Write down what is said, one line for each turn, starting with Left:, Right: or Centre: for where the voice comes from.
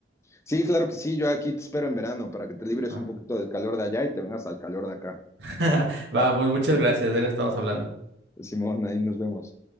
Left: Sí, claro que sí, yo aquí te espero en verano para que te libres
Right: Va,
Left: un poquito del calor de allá y te vengas al calor de acá.
Right: <laughs> va, pues muchas gracias, de estamos hablando.
Left: Simón, ahí nos vemos.